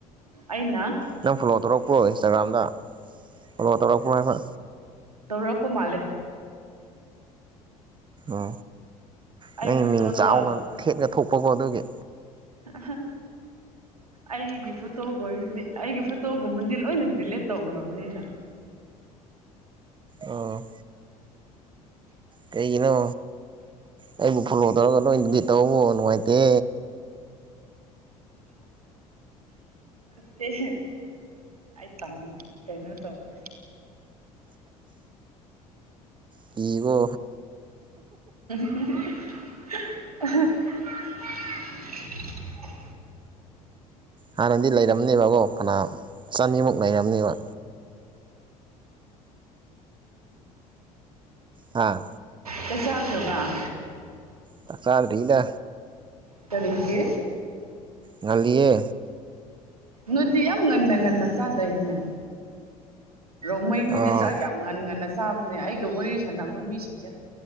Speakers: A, on the right (about 80°); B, on the right (about 25°).
A: ꯑꯩꯅ
B: ꯅꯪ ꯐꯣꯂꯣ ꯇꯧꯔꯛꯄ꯭ꯔꯣ ꯏꯟꯁꯇꯥꯒ꯭ꯔꯥꯝꯗ ꯐꯣꯂꯣ ꯇꯧꯔꯛꯄ꯭ꯔꯣ ꯍꯥꯏꯕ
A: ꯇꯧꯔꯄ ꯃꯥꯂꯦ
B: ꯎ
A: ꯑꯩ
B: ꯅꯪꯒꯤ
A: ꯐꯣꯇꯣꯗꯣ
B: ꯃꯤꯡ ꯆꯥꯎꯅ ꯊꯦꯠ ꯊꯣꯛꯄꯀꯣ ꯑꯗꯨꯒꯤ
A: ꯑ ꯑꯩꯒꯤ ꯐꯣꯇꯣꯒꯣ ꯑꯩꯒꯤ ꯐꯣꯇꯣꯒꯨꯝꯕꯗꯤ ꯂꯣꯏꯅ ꯗꯤꯂꯤꯠ ꯇꯧꯈ꯭ꯔꯕꯅꯤꯅ
B: ꯑꯣ ꯀꯩꯒꯤꯅꯣ ꯑꯩꯕꯨ ꯐꯣꯂꯣ ꯇꯧꯔꯒ ꯅꯣꯏ ꯗꯤ ꯇꯧꯕꯧꯕ ꯅꯨꯡꯉꯥꯏꯇꯦ
A: ꯃꯦ ꯑ ꯇ ꯀꯩꯅꯣ ꯇꯧꯕ
B: ꯄꯒꯣ
A: <unintelligible> <unintelligible>
B: ꯍꯥꯟꯅꯗꯤ ꯂꯩꯔꯝꯅꯦꯕꯀꯣ ꯐꯅꯥ ꯆꯅꯤꯃꯨꯛ ꯂꯩꯔꯝꯅꯦꯕ ꯍꯥꯥ
A: ꯆꯥꯛ ꯆꯥꯒꯔꯕ
B: ꯆꯥꯛ ꯆꯥꯗꯤꯗ
A: ꯆꯔꯗꯤ
B: ꯉꯜꯂꯤꯌꯦ
A: ꯅꯗꯤ ꯌꯥꯝ ꯌꯥꯝ ꯉꯟꯅ ꯉꯟꯅ ꯆꯗꯥꯏꯌꯅꯦ ꯔꯣꯡꯃꯩꯈꯨꯗꯤ
B: ꯑꯥ
A: ꯆꯥꯛ ꯌꯥꯝ ꯉꯟ ꯉꯟꯅꯁꯦ ꯆꯥꯕꯅꯦ ꯑꯩꯒ ꯋꯥꯔꯤ ꯁꯥꯟꯅꯕ ꯃꯤꯁꯤꯡꯁꯦ